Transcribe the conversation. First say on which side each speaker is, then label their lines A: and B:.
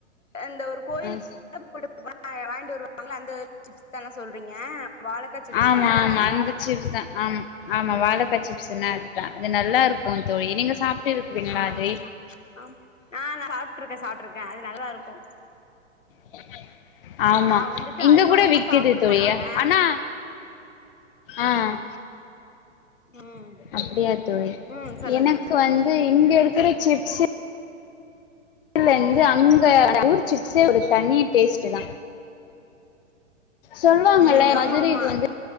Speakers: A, on the left; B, on the left.
A: அந்த ஒரு கோயில்
B: ம்,
A: <unintelligible> ட்டு வருவாங்கள அந்த சிப்ஸ் தான சொல்றீங்க வாழக்கா சிப்ஸ்னா
B: ஆமா
A: அதான
B: ஆமா அந்த சிப்ஸ்தா ஆம் ஆமா வாலக்கா சிப்ஸ்சுனா அதுதான் அது நல்லா இருக்கு தோழி நீங்க சாப்ட்டு இருக்குறீங்களா
A: ஆஹ்
B: அது
A: ஆம் ஆஹ் சாப்புட்ருக்கே சாப்புட்ருக்கே அது நல்லா இருக்கு
B: தேங்காய் ஆம்மா
A: நா வந்துட்டு
B: இங்க
A: அல்வாலா
B: கூட விக்குது
A: சாப்ட
B: தோழிய
A: மாட்டே
B: அனா அஹ்
A: ம்
B: அப்டியா தோழி
A: ம் சொல்லுங்க
B: எனக்கு வந்து இங்க இருக்குற சிப்ஸ்சு <unintelligible> இந்து அங்க ஊர் சிப்ஸே ஒரு தனிய டேஸ்ட்டுதா சொல்லுவாங்குல்ல
A: ம் ஆமா
B: மதுரைக்கு
A: ஆமா
B: வந்து